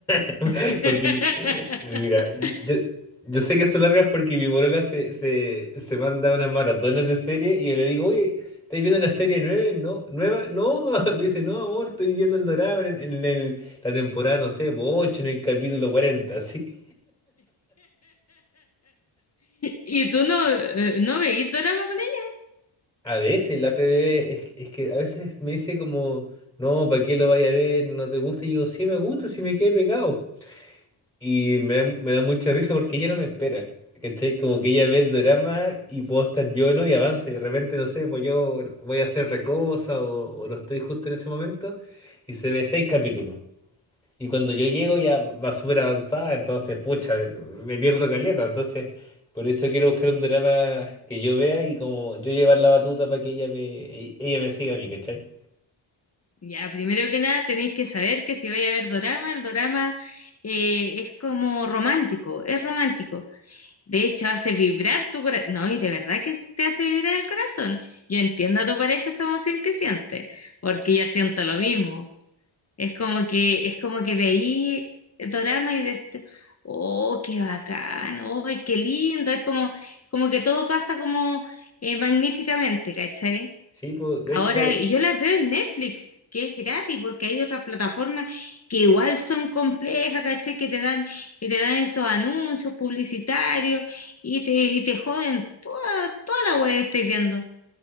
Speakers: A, in the centre; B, on the left.
A: <laughs>
B: <laughs>
A: Porque, mi- sí, mira, yo, yo sé que son largas porque mi polola se, se, se manda unas maratones de series y yo le digo, oye, ¿estás viendo una serie nueva? No, nueva. No, mamá". <laughs> me dice, no, amor, estoy viendo el dorado en, en el, la temporada, no sé, 8, en el capítulo 40 <laughs> así.
B: ¿Y tú no, eh, no veís dorama con ella?
A: A veces, la otra vez, es, que- es que a veces me dice como, no, ¿para qué lo vaya a ver? ¿No te gusta? Y yo, sí me gusta, sí me quedé pegado. Y me da, me da mucha risa porque ella no me espera. ¿Cachai? Como que ella ve el drama y puedo estar yo, ¿no? Y avanza. Y de repente, no sé, pues yo voy a hacer otra cosa o, o no estoy justo en ese momento. Y se ve seis capítulos. Y cuando yo llego ya va súper avanzada, entonces, pucha, me pierdo caleta. Entonces, por eso quiero buscar un drama que yo vea y como yo llevar la batuta para que ella me, e- ella me siga a mí, ¿cachai?
B: Ya, primero que nada tenéis que saber que si vais a ver dorama, el dorama eh, es como romántico, es romántico. De hecho, hace vibrar tu corazón. No, y de verdad que te hace vibrar el corazón. Yo entiendo a tu pareja esa emoción que siente, porque yo siento lo mismo. Es como que, es como que veí el drama y decís, oh, qué bacán, oh, qué lindo. Es como, es como que todo pasa como eh, magníficamente, ¿cachai?
A: Sí, pues, de
B: Ahora
A: hecho,
B: yo las veo en Netflix, que es gratis, porque hay otras plataformas que igual son complejas, ¿cachai? Que te dan, que te dan esos anuncios publicitarios y te, y te joden toda, toda la web que estáis viendo.